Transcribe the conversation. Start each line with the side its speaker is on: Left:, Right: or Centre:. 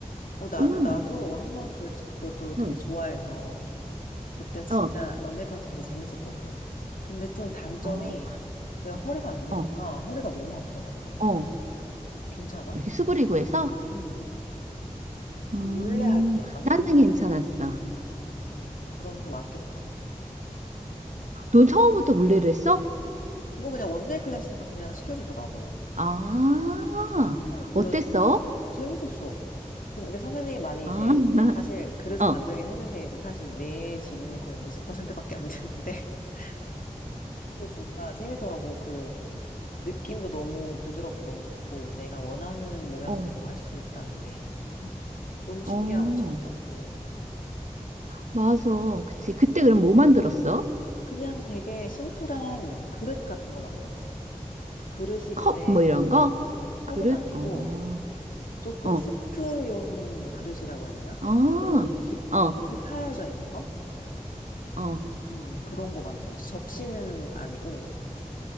Left: 어, 나는,
Right: 음,
Left: 나도 한번 그, 그것도 되게
Right: 음,
Left: 좋아해서, 그때 진짜
Right: 어,
Left: 원데이 클래스 되게 재밌었거든. 근데 좀 단점이,
Right: 어,
Left: 내가 허리가 안 좋으니까
Right: 어,
Left: 허리가 너무 아프더라고.
Right: 어.
Left: 괜찮아?
Right: 이렇게 수그리고 해서
Left: 음.
Right: 음,
Left: 그 물레 할 때, 그러니까 물레.
Right: 나는 괜찮았어.
Left: 아, 그럼 맞겠다.
Right: 넌 처음부터 물레를 했어?
Left: 그거 그냥 원데이 클래스니까 그냥 시켜주더라고.
Right: 아,
Left: 어, 물론
Right: 어땠어?
Left: 이제 재밌었어. 근데 선생님이 많이
Right: 아,
Left: 이제
Right: <laughs>
Left: 사실 그릇을
Right: 어,
Left: 만들긴 했는데 이제 사실 내 지분은 거의 막 20%밖에 안 되는데 <laughs> 그래도 뭔가 재밌더라고. 그 느낌도 너무 부드럽고 너무 좋고 내가 원하는 모양대로
Right: 어,
Left: 할 수 있다는 게 너무 신기하고
Right: 어,
Left: 재밌더라고.
Right: 맞아. 그치.
Left: 음.
Right: 그때 그럼 뭐 만들었어?
Left: 그냥 되게 심플한 그릇 같은 거 만들었어. 그릇이
Right: 컵,
Left: 근데
Right: 뭐 이런 거?
Left: 컵은
Right: 그릇?
Left: 아니고
Right: 어,
Left: 조금
Right: 어,
Left: 스프용 그릇이라고 해야 되나?
Right: 아,
Left: 조금 깊,
Right: 어,
Left: 깊이 파여져 있는 거?
Right: 어,
Left: 음, 그런 거 만들었어. 접시는 아니고